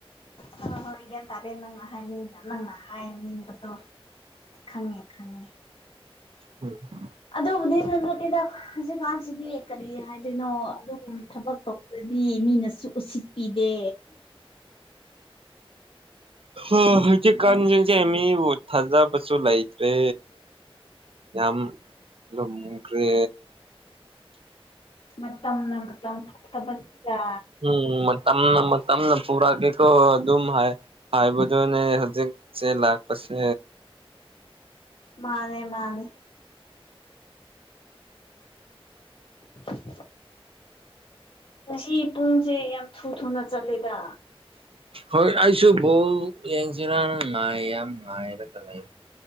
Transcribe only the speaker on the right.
ꯎꯝ
ꯍ ꯍꯧꯖꯤꯛ ꯀꯥꯟꯁꯦ
ꯃꯤ ꯊꯥꯖꯕꯁꯨ ꯂꯩꯥꯏꯇ꯭ꯔꯦ ꯌꯥꯝ ꯃꯔꯤ
ꯎꯝ ꯇꯝꯅ ꯇꯅ ꯄꯨꯔꯥ ꯀꯩꯀꯣ ꯑꯗꯨꯝ ꯍꯥꯏ ꯍꯕꯗꯨꯅꯦ ꯍꯧꯖꯤꯛ ꯆ ꯂꯥꯛ ꯄꯁꯦ
ꯍꯣꯏ ꯑꯩꯁꯨ ꯕꯧ ꯌꯦꯡꯁꯤꯔꯅ ꯉꯥꯏ ꯌꯥꯝ ꯉꯥꯏꯔꯒ ꯂꯩ